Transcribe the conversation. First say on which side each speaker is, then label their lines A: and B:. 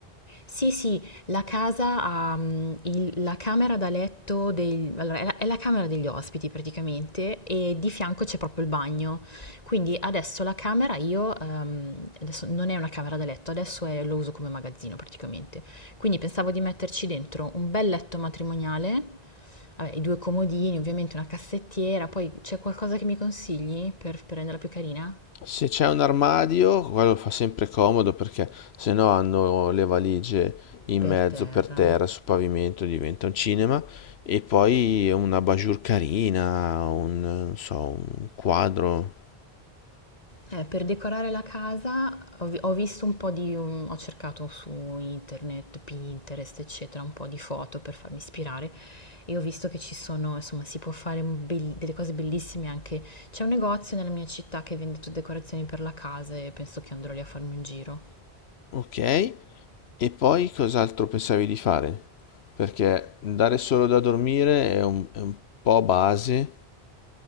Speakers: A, on the left; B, on the left.
A: Sì, sì, la casa ha mm, il- la camera da letto, dei- allora, è la, è la camera degli ospiti praticamente e di fianco c'è proprio il bagno. Quindi adesso la camera io, ehm, adesso non è una camera da letto, adesso è- lo uso come magazzino praticamente. Quindi pensavo di metterci dentro un bel letto matrimoniale, vabbè, i due comodini, ovviamente una cassettiera, poi c'è qualcosa che mi consigli per per renderla più carina?
B: Se c'è un armadio, quello fa sempre comodo perché se no hanno le valigie in
A: Per
B: mezzo
A: terra.
B: per terra, sul pavimento, diventa un cinema. E poi una bajour carina, un, non so, un quadro.
A: Eh, per decorare la casa ho, vi- ho visto un po' di, um, ho cercato su internet, Pinterest, eccetera, un po' di foto per farmi ispirare e ho visto che ci sono, insomma, si può fare un bel- delle cose bellissime anche. C'è un negozio nella mia città che vende tutte decorazioni per la casa e penso che andrò lì a farmi un giro.
B: Ok. E poi cos'altro pensavi di fare? Perché dare solo da dormire è un, è un po' base.